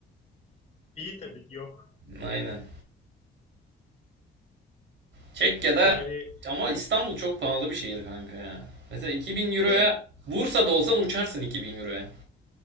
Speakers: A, on the left (about 35°); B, on the right (about 65°).
A: Değil tabii ki yok.
B: Aynen. Çekya'da
A: Yani
B: ama İstanbul çok pahalı bir şehir kanka ya. Mesela 2000 euroya
A: bir de
B: Bursa'da olsan uçarsın 2000 euroya.